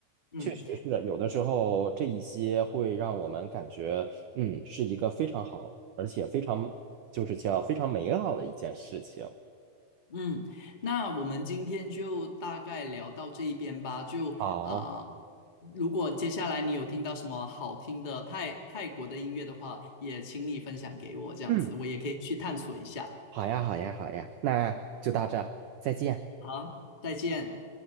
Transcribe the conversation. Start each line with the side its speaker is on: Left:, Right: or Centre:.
Left: 嗯。
Right: 确实是的。有的时候这一些会让我们感觉，嗯，是一个非常好，而且非常就是叫非常美好的一件事情。
Left: 嗯，那我们今天就大概聊到这一边吧。就啊、
Right: 好，
Left: 如果接下来你有听到什么好听的泰泰国的音乐的话，也请你分享给我，这样子我也可以去探索一下。
Right: 嗯，好呀，好呀，好呀，那就到这儿，再见。
Left: 好，再见。